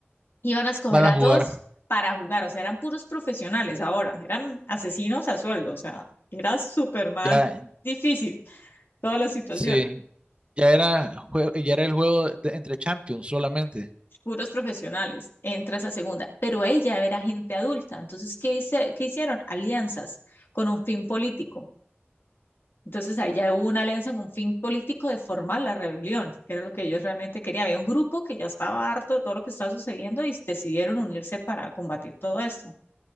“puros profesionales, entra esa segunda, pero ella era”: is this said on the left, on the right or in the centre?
Left